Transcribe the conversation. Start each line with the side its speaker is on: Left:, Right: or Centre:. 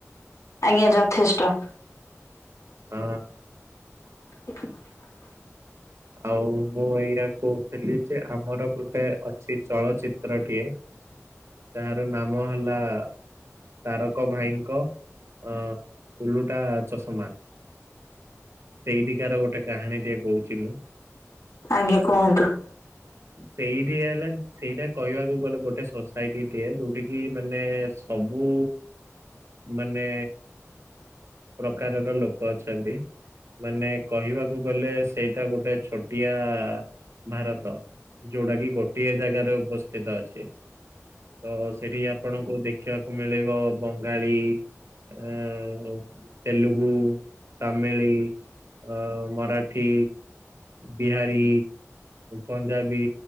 Left: ଆଜ୍ଞା ଯଥେଷ୍ଟ।
Right: ହଁଅ।
Left: <inaudible>
Right: ଆଉ ମୁଁ ଏଇଆ କହୁଥିଲି ଯେ ଆମର ଗୋଟେ ଅଛି ଚଳଚିତ୍ରଟିଏ ତାର ନାମ ହେଲା ତାରକ ଭାଇଙ୍କ ଅ ଉଲୁଟା ଚଷମା। ସେଇଠିକାର ଗୋଟେ କାହାଣୀ ଟିଏ କହୁଛି ମୁଁ।
Left: ଆଜ୍ଞା କୁହନ୍ତୁ।
Right: ସେଇଠି ହେଲାନ୍ ସେଇଟା କହିବାକୁ ଗଲେ ଗୋଟେ ସୋସାଇଟିଏ ଯୋଉଠ କିି ମାନେ ସବୁ ମାନେ ପ୍ରକାରର ଲୋକ୍ ଲୋକ ଅଛନ୍ତି, ମାନେ କହିବାକୁ ଗଲେ ସେଇଟା ଗୋଟେ ଛୋଟିଆ ଭାରତ ଯୋଉଟା କି ଗୋଟିଏ ଜାଗାରେ ଉପସ୍ଥିତ ଅଛି। ତ ସେଠି ଆପଣଙ୍କୁ ଦେଖିବାକୁ ମିଳିବ ବଙ୍ଗାଳୀ ଏଁ ତେଲୁଗୁ, ତାମିିଲି ଅ ମରାଠି ବିହାରୀ, ପଞ୍ଜାବୀ,